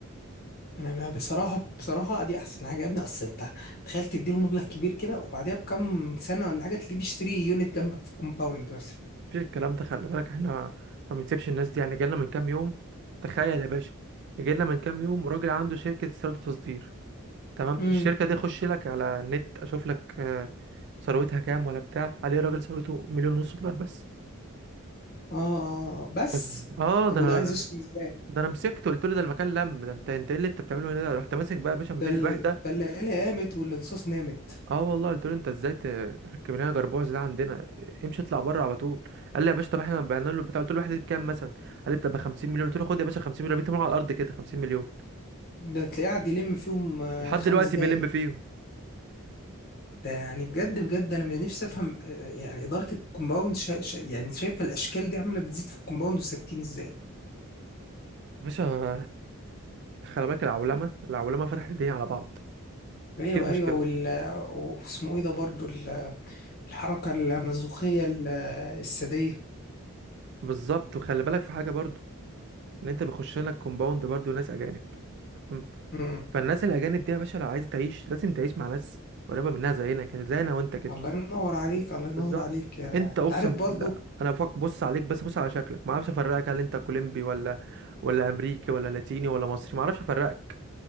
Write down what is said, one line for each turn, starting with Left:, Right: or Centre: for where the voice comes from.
Left: انا ما بصراحه بصراحه دي احسن حاجه يا ابني اصل انت تخيل تديله مبلغ كبير كده وبعديها بكم سنه ولا حاجه تلاقيه بيشتري يونت جنبك في كومباوند مثلا
Right: مفيش الكلام ده خلي بالك احنا ما بنسيبش الناس دي يعني جالنا من كام يوم تخيل يا باشا جالنا من كام يوم راجل عنده شركه استيراد وتصدير تمام
Left: امم
Right: الشركة دي اخش لك على النت اشوف لك آه، ثروتها كام ولا بتاع عليه راجل ثروته مليون ونص دولار بس
Left: اه بس
Right: <laughs> اه
Left: طب
Right: ده انا
Left: وده عايز يسكن ازاي
Right: ده انا مسكته قلت له ده المكان لم ده انت انت ايه اللي انت بتعمله هنا ده رحت ماسك بقى يا باشا مدير
Left: ده ال...
Right: الوحده
Left: ده العيله قامت والانصاص نامت
Right: اه والله قلت له انت ازاي ت- تركب لنا جربوع ده عندنا امشي اطلع بره على طول قال لي يا باشا طب احنا بعنا له البتاع قلت له الوحده دي بكام مثلا قال لي بتبقى 50 مليون قلت له خد يا باشا 50 مليون رميتهم على الارض كده 50 مليون
Left: ده تلاقيه قاعد يلم فيهم آه،
Right: لحد
Left: خمس
Right: دلوقتي
Left: دقايق
Right: بيلم فيهم
Left: ده يعني بجد بجد انا من نفسي افهم آه، يعني اداره الكومباوند شا شا يعني شايفه الاشكال دي عامله بتزيد في الكومباوند وساكتين ازاي
Right: باشا <laughs> خلي بالك العولمه العولمه فتحت الدنيا على بعض
Left: ايوه
Right: ايه المشكله
Left: ايوه وال واسمه ايه ده برضو ال- الحركه المزوخيه ال- الساديه
Right: بالظبط وخلي بالك في حاجه برضو ان انت بيخش لك كومباوند برضو ناس اجانب تمام
Left: امم
Right: فالناس الاجانب دي يا باشا لو عايزه تعيش لازم تعيش مع ناس قريبه منها زينا كده زينا وانت كده
Left: الله ينور عليك الله ينور
Right: بالظبط
Left: عليك آه،
Right: انت اقسم
Left: انت عارف برضو
Right: بالله انا فك... بص عليك بس بص على شكلك ما اعرفش افرقك هل انت كولومبي ولا ولا امريكي ولا لاتيني ولا مصري ما اعرفش افرقك